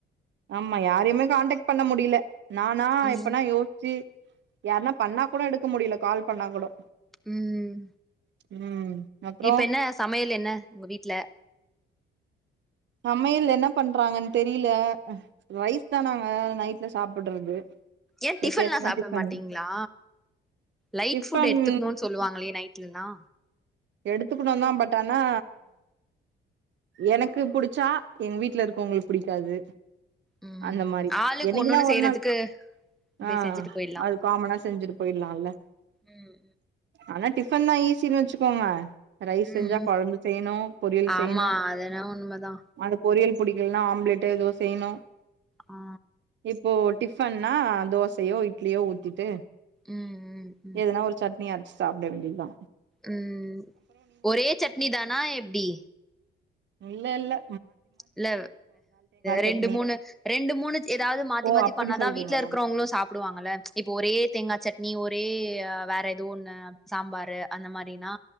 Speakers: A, on the right (about 65°); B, in the centre.
A: ஆமா யாரையுமே காண்டெக்ட் பண்ண முடியில நானா
B: ம்
A: இப்பனா யோச்சி யாருனா பண்ணா கூட எடுக்க முடியில கால் பண்ணா கொடோ
B: ம்
A: ம் அப்றோ
B: இப்ப என்ன சமையல் என்ன உங்க வீட்ல
A: சமயல் என்ன பண்றாங்கன் தெரியில ரைஸ் தானாங்க நைட்ல சாப்புட்றது
B: ஏ டிஃபன்
A: எப்பயாச்சுதா
B: ல்லா சாப்ட
A: டிஃபன்
B: மாட்டீங்ளா லைட்
A: டிஃபன்
B: ஃபுட் எடுத்துக்குனுன் சொல்லுவாங்களே நைட் டில்லா
A: எடுத்துக்கனுந்தா பட் ஆனா எனக்கு புடிச்சா எங்க வீட்ல இருக்றவங்ளுக் புடிக்காது
B: ம்
A: அந்த மாரி
B: ஆளுக்கு
A: என்னைக்கு
B: ஒன்னொன்னு
A: நா
B: செய்யறதுக்கு
A: ஒரு நாள்
B: அப்டியே
A: ஆ
B: செஞ்சுட்டு போயிடலா
A: அது காமனா செஞ்சிட்டு போயிர்லா இல்ல
B: ம்
A: ஆனா டிஃபன் தா ஈஸினு வச்சுக்கோங்க ரைஸ் செஞ்சா
B: ம் ம்
A: கொழம்பு செய்னு பொரியல்
B: ஆமா
A: செய்னு
B: அதென்னவோ உண்மதா
A: அந்த பொரியல் புடிக்கலைனா ஆம்லெட் ஏதோ செய்னு
B: ஆ
A: இப்போ டி ஃபன்னா தோசயோ இட்லியோ ஊத்திட்டு
B: ம் ம்
A: எதனா ஒரு சட்னி அரச்சி சாப்ட வேண்டியது தா
B: ம் ஒரே சட்னி தானா எப்டி
A: இல்லல்ல
B: இல்ல ரெண்டு
A: சட்னி
B: மூணு ரெண்டு மூணு ஏதாவது மாத்தி
A: ஓ
B: மாத்தி
A: அப்டி
B: பண்ணாதா
A: சொல்றீங்களா
B: வீட்ல இருக்குறவங்களு சாப் டுவாங்கல்ல இப்போ ஒரே தேங்கா சட்னி ஒரே வேற எதோ ஒண்ணு சாம்பாரு அந்த மாரினா